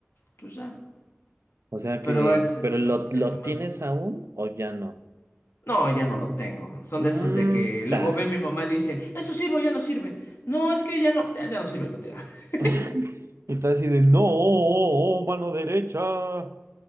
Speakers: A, on the left; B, on the right.
A: pues ya.
B: O sea
A: Pero
B: que,
A: es
B: pero
A: de
B: lo,
A: los que
B: lo
A: se mandan.
B: tienes aún o ya no.
A: No, ya no lo tengo. Son
B: Mm,
A: de esos de que luego
B: ta.
A: ve mi mamá y dice, eso sirve, o ya no sirve. No, es que ya no, ya, ya no sirve, lo tira. <laughs>
B: <laughs> Y tú así de, no, oh, oh, oh, mano derecha.